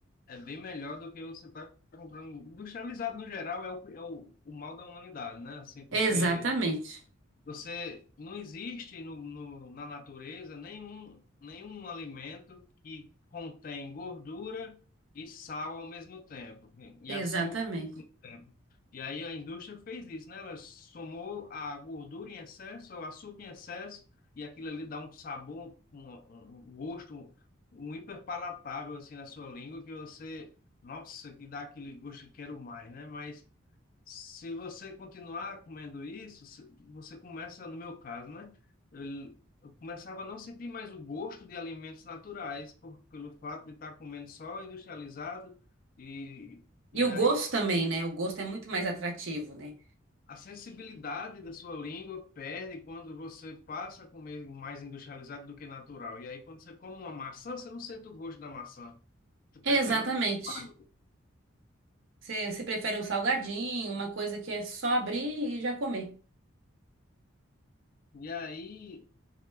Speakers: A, on the left (about 40°); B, on the right (about 70°).
A: é bem melhor do que você está comprando. Industrializado, no geral, é o, é o, o mal da humanidade, né? Assim, porque
B: exatamente,
A: você não existe no, no, na natureza nenhum, nenhum alimento que contém gordura e sal ao mesmo tempo, e
B: exatamente.
A: açúcar tempo. E aí a indústria fez isso, né? Ela somou a gordura em excesso, o açúcar em excesso, e aquilo ali dá um sabor, um, um um gosto, um hiperpalatável assim na sua língua que você, nossa, que dá aquele gosto que quero mais, né? Mas se você continuar comendo isso, se- você começa, no meu caso, né? Eu, eu começava a não sentir mais o gosto de alimentos naturais por, pelo fato de estar comendo só industrializado e
B: E
A: e
B: o
A: aí
B: gosto também, né? O gosto é muito mais atrativo, né?
A: A sensibilidade da sua língua perde quando você passa a comer mais industrializado do que natural. E aí, quando você come uma maçã, você não sente o gosto da maçã. Você prefere
B: Exatamente.
A: um chocado.
B: Você, você prefere um salgadinho, uma coisa que é só abrir e já comer.
A: E aí,